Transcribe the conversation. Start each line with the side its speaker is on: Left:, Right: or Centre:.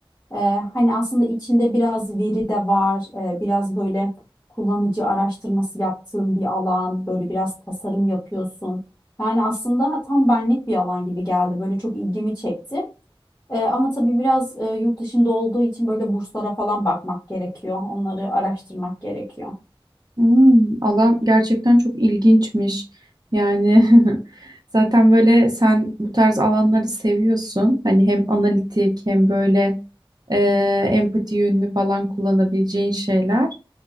Left: Ee, hani aslında içinde biraz veri de var, ee, biraz böyle kullanıcı araştırması yaptığın bir alan, böyle biraz tasarım yapıyorsun. Yani aslında tam benlik bir alan gibi geldi, böyle çok ilgimi çekti. Ee, ama tabii biraz e, yurt dışında olduğu için böyle burslara falan bakmak gerekiyor, onları araştırmak gerekiyor.
Right: Hmm, alan gerçekten çok ilginçmiş. Yani <laughs> zaten böyle sen bu tarz alanları seviyorsun. Hani hem analitik hem böyle e, empati yönünü falan kullanabileceğin şeyler.